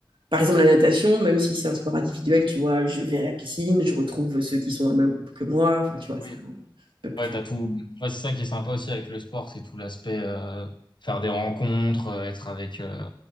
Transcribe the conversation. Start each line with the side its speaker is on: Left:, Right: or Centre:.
Right: par exemple, la natation, même si c'est un sport individuel, tu vois, je vais à la piscine, je retrouve ceux qui sont dans le même groupe que moi. Enfin, tu vois,
Left: Oui,
Right: c'est un peu plus
Left: ouais, t'as tout. ouais, c'est ça qui est sympa aussi avec le sport, c'est tout l'aspect euh, faire des rencontres, euh, être avec euh,